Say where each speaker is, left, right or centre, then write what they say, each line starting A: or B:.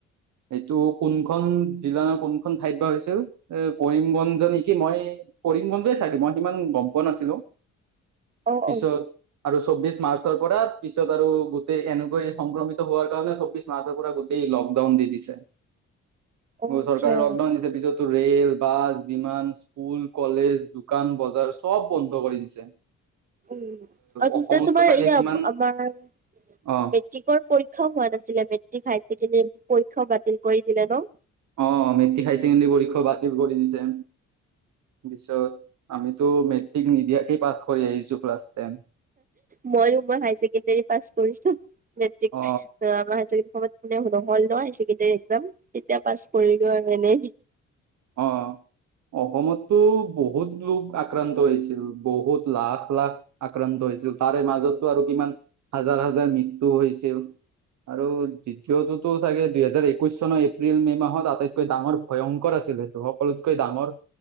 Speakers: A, on the right; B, on the right.
A: সেইটো কোনখন জিলা কোনখন ঠাইত বা হৈছিল, এ কৰিমগঞ্জ নেকি কি মই, কৰিমগঞ্জেই চাইদে, মই সিমান গম পোৱা নাছিলো,
B: অ
A: পিছত
B: অ
A: আৰু চৌবিশ মাৰ্চৰ পৰা পিছত আৰু গোটেই এনেকৈ সংক্ৰমিত হোৱাৰ কাৰণে, চৌবিশ মাৰ্চৰ পৰা গোটে টেই লকডাউন দি দিছে।
B: অ
A: আৰু
B: আচ্ছা
A: চৰকাৰে লকডাউন দিছে, পিছততো ৰেল, বাছ বিমান স্কুল, কলেজ, দোকান বজাৰ চব বন্ধ কৰি দিছে।
B: উম, আৰু
A: অসমতো
B: তেতিয়া তোমাৰ
A: চাগে
B: এয়া
A: কিমান
B: অস, আমাৰ মে
A: অ
B: মেট্ৰিকৰ পৰীক্ষাও হোৱা নাছিলে। মেট্ৰিক, হায়াৰ ছেকেণ্ডৰী পৰীক্ষাও বাতিল কৰি দিলে ন।
A: অ', অ', মেট্ৰিক, হায়াৰ ছেকেণ্ডেৰী পৰীক্ষাও বাতিল কৰি দিছে। পিছত আমিতো মেট্ৰিক নিদিয়াকে পাছ কৰি আহিছো, ক্লাছ টেন।
B: মইও পুৰা হাই ছেকেণ্ডাৰী পাছ কৰিছো, মেট্ৰিক।
A: অ
B: আমাৰ হায়াৰ ছেকেণ্ডাৰী সময়ত নহল ন হায়াৰ ছেকেণ্ডাৰী একজাম তেতিয়া পাছ কৰিলো আৰু এনে
A: অ অসমতো বহুত লোক আক্ৰান্ত হৈছিল বহুত লাখ লাখ আক্ৰান্ত হৈছিল তাৰে মাজতো আৰু কিমান হাজাৰ হাজাৰ মৃত্যু হৈছিল আৰু দ্বিতীয়টোতো চাগে দুইহেজাৰ একৈশ চনৰ এপ্ৰিল মে' মাহত আটাইতকৈ ডাঙৰ ভয়ংকৰ আছিল সকলোতকৈ ডাঙৰ